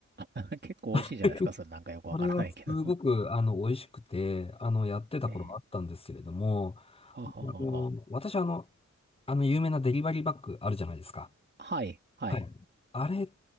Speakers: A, on the right; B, on the left.
A: <laughs> 結構美味しいじゃないですか。
B: <laughs>
A: それなんかよくわからないけど。
B: それはすごく、あの、美味しくて、あの、やってた頃があったんですけれども、
A: <laughs> ええ。
B: あの、
A: はははは。
B: 私、あの、あの、有名なデリバリーバッグあるじゃないですか。
A: はい、はい、
B: はい。あれ